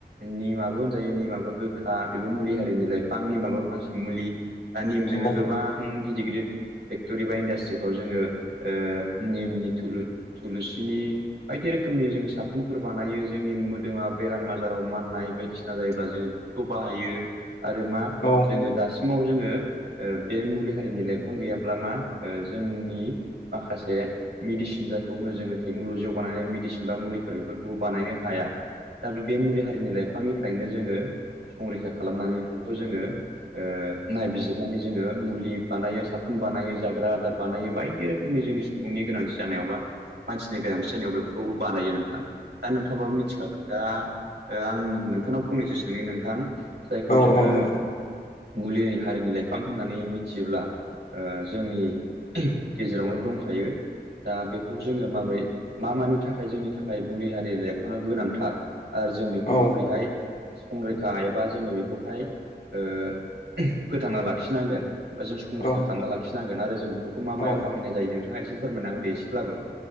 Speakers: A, on the right; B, on the left.
A: निमाबो होनजायो निमाबो गोखा। बेबो मुलि हारिनि लाइफां निमाबो फांसे मुलि दा निमजोंनो
B: औ
A: गोबां गिदिर गिदिर फेक्ट'रि बा इन्डास्ट्रिफ्राव जोङो ओ निमनि थुलु थुलुसिनि बायदि रोखोमनि जोङो साफ बानायो जोंनि मोदोमा बेराम आजाराव माननाय बायदिसिना जायोब्ला जोङो बेफोरखौ बाहायो। आरो मा
B: औ
A: जोङो दासि सिमाव जोङो ओ बे मुलि हारिनि लाइफां गैयाब्ला मा जोंनि माखासे मेदिसिन जायखौ होनो जोङो टेकनलजियाव बानायनाय मेदिसिन बा मुलि बेफोरखौबो बानायनो हाया दा बे बे मुलि हारिनि लाइफांनिफ्रायनो जोङो संरैखा खालामनानै बेफोरखौ जोङो ओ नायबिजिरनानै जोङो मुलि बानायो साफोन बानायो जाग्रा आदार बानायो बायदि रो खोमनि जोंनि सुबुंनि गोनांथि जानायावबा मानसिनि गोनांथि जानायाव बेफोरखौबो बानायो नोंथां। दा नोंथाङाबाबो मिथिखागोव दा ओ आं नोंथांनाव फंनैसो सोंनि नोंथां। जायखौ
B: नोंथां
A: जोङो मुलिनि हारिनि लाइफां होननानै मिथियोब्ला ओ जोंनि गेजेरावनो दंखायो दा बेखौ जोङो माबोरै मा मानि थाखाय जोंनि थाखाय मुलि हारि लाइफाङा गोनांथार आरो जों बेखौ
B: औ
A: माबोरैहाय संरैखा एबा जोङो बेखौहाय ओ फोथांना लाखिनांगोन। बा जों संरैखा
B: औ
A: खालामना लाखिनांगोन आरो जों बेफोरखौ
B: औ
A: मा मायाव
B: औ
A: बाहायनाय जायो नोंथाङा एसे फोरमायना होदो एसेब्लाबो